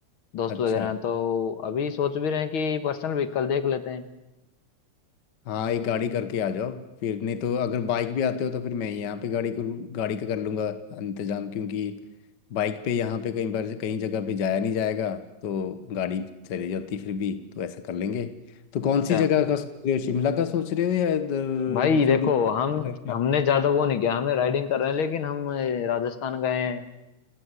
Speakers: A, on the left; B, on the left.
A: दोस्त
B: अच्छा
A: वगैरह हैं, तो अभी सोच भी रहे हैं कि पर्सनल व्हीकल देख लेते हैं
B: हाँ एक गाड़ी करके आ जाओ फिर नहीं तो अगर बाइक भी आते हो तो फिर मैं यहाँ पे गाड़ी करूँ गाड़ी का कर लूँगा इंतजाम क्योंकि बाइक पे यहाँ पे कई बार कहीं जगह पे जाया नहीं जाएगा तो गाड़ी चली जाती फिर भी तो ऐसा कर लेंगे तो कौन
A: अच्छा
B: सी जगह का सोच रहे हो शिमला का सोच रहे हो या इधर
A: भाई देखो
B: कुल्लू
A: हम
B: उधर क्या?
A: हमने ज्यादा वो नहीं किया हमने राइडिंग कर रहे हैं लेकिन हम अ, राजस्थान गए हैं